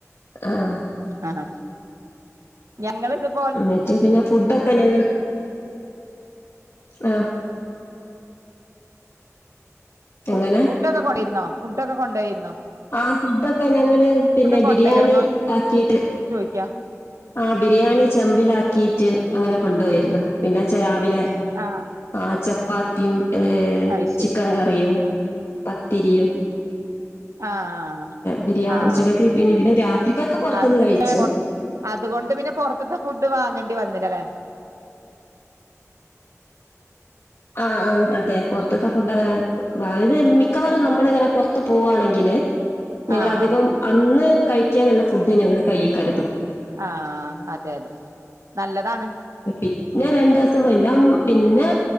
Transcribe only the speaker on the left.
ആഹ്.
എന്നിട്ട് പിന്നെ ഫുഡൊക്കെ ഞങ്ങൾ ആഹ്
എങ്ങനെ
ആഹ് ഫുഡൊക്കെ ഞങ്ങള് പിന്നെ
ബിരിയാണി ആക്കിട്ട്
ആഹ് ബിരിയാണി ചെമ്പിലാക്കിട്ട് അങ്ങനെ കൊണ്ടോയിരുന്നു. പിന്നച്ചാ രാവിലെ
ആഹ് ചപ്പാത്തിയും ഏഹ്
ചിക്കൻ കറിയും തിരിയും
ബിരിയാ
ഉച്ചക്കൊക്കെ
പിന്നെ പിന്നെ രാത്രിക്കൊക്കെ പുറത്തുനിന്ന്
കഴിച്ച്
ആഹ് ആഹ് അതെ പുറത്തിത്തെ ഫുഡ് ഇത് മിക്കവാറും നമ്മളിങ്ങനെ പുറത്ത് പോകുവാണെങ്കില് ഞങ്ങൾ
അധികം അന്ന് കഴിക്കാനുള്ള ഫുഡ് ഞങ്ങൾ കയ്യിൽ കരുതും
പിന്നെ രണ്ടിസം പിന്നെ ഉം പിന്നെ